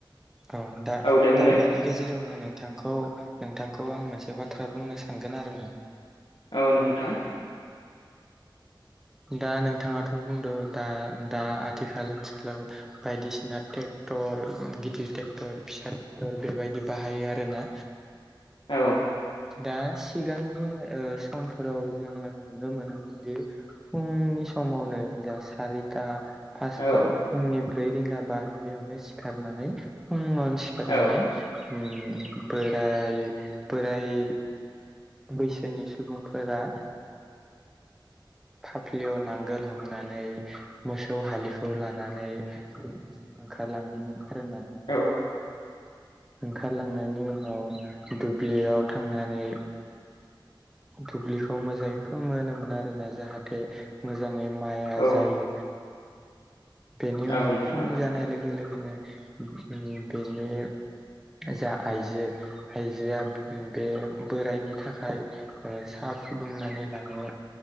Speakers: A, in the centre; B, on the left.
A: औ दा
B: दे बुंलाय
A: दा बेनि गेजेरावनो नोंथांखौ नोंथांखौ आं मोनसे बाथ्रा बुंनो सानगोन आरोना
B: औ नोंथां
A: दा नोंथाङाथ' बुंदों दा दा आथिखाल ओनसोलाव बायदिसिना ट्रेक्टर गिदिर ट्रेक्टर फिसा ट्रेक्टर बेबायदि बाहायो आरोना
B: औ
A: दा सिगांनि समफोराव जोङो नुनो मोनो दि फुंनि समावनो जा सारिथा फासथा
B: औ
A: फुंनि ब्रै रिंगा बा रिंगायावनो सिखारनानै फुङावनो सिखारनानै
B: औ
A: ओम बोराय बोराय बैसोनि सुबुंफोरा फाफ्लियाव नांगोल हमनानै मोसौ हालिखौ लानानै ओंखारलाङोमोन आरोना
B: औ
A: ओंखारलांनायनि उनाव दुब्लियाव थांनानै दुब्लिखौ मोजाङै मोनोमोन आरोना जाहाथे मोजाङै माइआ
B: औ
A: जायो बेनि उनाव
B: औ नोंथां
A: फुं जानाय लोगो लोगो बिनो बेनि जा आइजो आइजोआ बे बोराइनि थाखाय साहा फुदुंनानै लाङो